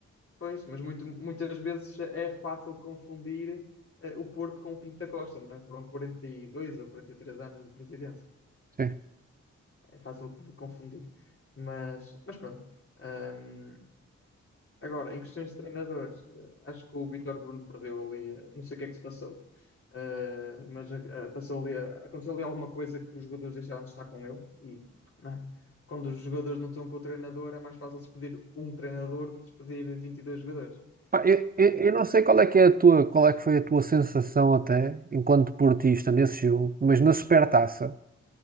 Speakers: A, on the left; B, on the right.
A: Pois, mas muito- muitas vezes é fácil confundir eh, o Porto com o Pinto da Costa, não é? Foram 42 ou 43 anos de presidência.
B: Sim.
A: É fácil de confundir. Mas, mas pronto. Ahm, agora, em questões de treinadores, eh, acho que o Vítor Bruno perdeu ali, eh, não sei o que é que se passou, eh, mas eh, passou ali, eh, aconteceu ali alguma coisa que os jogadores deixaram de estar com ele e, não é? Quando os jogadores não estão com o treinador, é mais fácil despedir um treinador do que despedir 22 jogadores.
B: Pá, Eu, eu,
A: Eh,
B: eu não sei qual é que é a tua, qual é que foi a tua sensação até enquanto portista nesse jogo, mas na Supertaça.